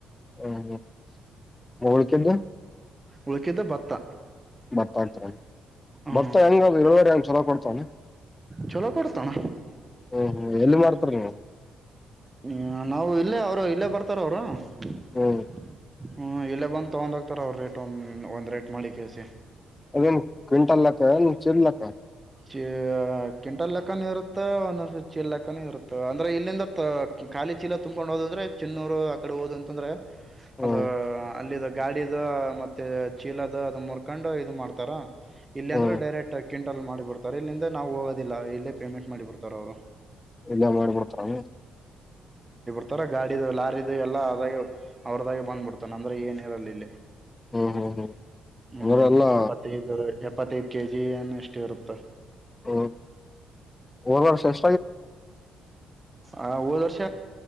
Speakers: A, on the left (about 20°); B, on the right (about 20°).
A: ಹ್ಮ್ ಹು. ಮೋಳ್ಕ್ಯಾಂದ.
B: ಉಳ್ಕಿದ್ದು ಭತ್ತ.
A: ಭತ್ತ ಅಂತರ್
B: ಹ್ಞೂ
A: ಮತ್ತ ಹೆಂಗ ಇಳುವರಿ ಹಂಗ್ ಚಲೋ ಕೊಡ್ತ್ ಚನ.
B: ಚಲೋ ಕೊಡ್ತೋಣ.
A: ಹ್ಮ್ ಹ್ಮ್ ಎಲ್ಲಿ ಮಾಡ್ತರ್ ನೀವು.
B: ಹ್ಮ ನಾವು ಇಲ್ಲೇ ಅವ್ರು ಇಲ್ಲೇ ಬರ್ತಾರ್ ಅವ್ರು. <unintelligible>
A: ಹ್ಮ್
B: ಹ್ಞೂ ಇಲ್ಲೇ ಬಂದ್ ತಗೊಂಡ್ ಹೋಗ್ತಾರ್ ಅವ್ರ್ ರೇಟ್ ಒಂದ್ ಒಂದ್ ರೇಟ್ ಮಾಡಿ ಕೆಸಿ.
A: ಅದೇನ್ ಕ್ವಿಂಟಲ್ ಲೆಕ್ಕ ಏನ್. ಚಿರ್ಲಕ್ಕ.
B: ಚಿ ಕಿಂಟಲ್ ಲೆಕ್ಕನ ಇರುತ್ತೆ ಒಂದೊಂದ್ ಚೀಲ್ ಲೆಕ್ಕನ ಇರುತ್ತ ಅಂದ್ರೆ ಇಲ್ಲಿಂದ ಖಾಲಿ ಚೀಲ ತುಂಬ್ಕೊಂಡ್ ಹೋದ್ ಅಂದ್ರೆ ಚಿನ್ನೂರು ಆ ಕಡೆ ಹೋದ್ ಅಂತಂದ್ರೆ.
A: ಹ್ಮ್
B: ಅದ ಅಲ್ಲಿದಗ್ ಗಾಡಿದ ಮತ್ತೆ ಚೀಲದ ಅದ ಮುರ್ಕೊಂಡು ಇದು ಮಾಡ್ತಾರ. ಇಲ್ಲಿ
A: ಹ್ಮ್
B: ಅಂದ್ರ್ ಡೈರೆಕ್ಟ್ ಆಗ್ ಕಂಟಲ್ ಮಾಡ್ <unintelligible> ತರ ಇಲ್ಲಿಂದ ನಾವು ಹೋಗೋದಿಲ್ಲ ಇಲ್ಲೇ ಪೇಮೆಂಟ್ ಮಾಡಿ ಬಿಡ್ತಾರ ಅವರು
A: ಇಲ್ಲೆ ಮಾಡ್ಬಿಡ್ತಾರ
B: ಆ ತರ ಗಾಡಿದು ಲಾರಿದು ಎಲ್ಲ ಅದಾಗೆ ಅವ್ರ್ದಾಗೆ ಬಂದ್ಬಿಡ್ತಾನ್ ಅಂದ್ರೆ ಏನ್ ಇರಲ್ ಇಲ್ಲಿ
A: ಹ್ಮ್ ಹ್ಮ್ ಹ್ಮ್
B: ಹ್ಮ್
A: ಅಂದ್ರೆ ಎಲ್ಲಾ
B: ಎಪ್ಪತ್ತೈದು ಇಪ್ಪತ್ತೈದು ಕೆ ಜಿ ಏನ್ ಎಷ್ಟ್ ಇರುತ್
A: ಹ ಓದ್ ವರ್ಷ <unintelligible>
B: ಆ ಹೋದ್ ವರ್ಷ